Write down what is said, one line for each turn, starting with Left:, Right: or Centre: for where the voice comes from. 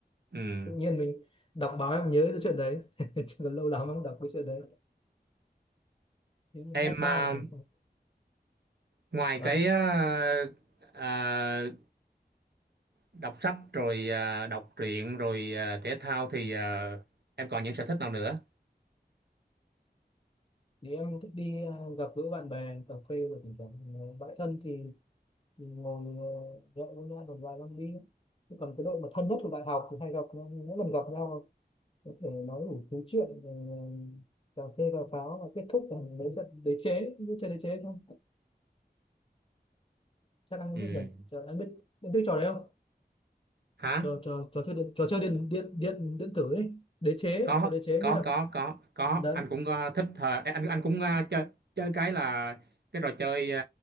Right: Ừ.
Left: tự nhiên mình đọc báo em nhớ cái chuyện đấy <laughs> chứ còn lâu lắm em không đọc cái chuyện đấy những
Right: em
Left: Hackman
Right: à,
Left: này
Right: ngoài
Left: và
Right: cái à, à, đọc sách rồi à, đọc truyện rồi à, thể thao thì à, em còn những sở thích nào nữa
Left: thì em thích đi ờ, gặp gỡ bạn bè cà phê rồi thỉnh thoảng bạn thân thì mình ngồi ờ, nhậu với nhau một vài năm đi chứ còn cái đội mà thân nhất của đại học thì hay gặp nhau mỗi lần gặp nhau có thể nói đủ thứ chuyện rồi, ờ, cà phê cà pháo và kết thúc bằng mấy trận đế chế như chơi đế chế không? chắc anh
Right: ừ.
Left: biết rồi chờ anh biết anh biết trò đấy không
Right: hả
Left: trò trò trò chơi điện trò chơi điện điện điện điện tử ấy đế chế
Right: có
Left: trò đế chế anh
Right: có
Left: biết không
Right: có có có
Left: đấy
Right: anh cũng ờ, thích ờ, anh anh cũng ờ, chơi chơi cái là cái trò chơi ờ,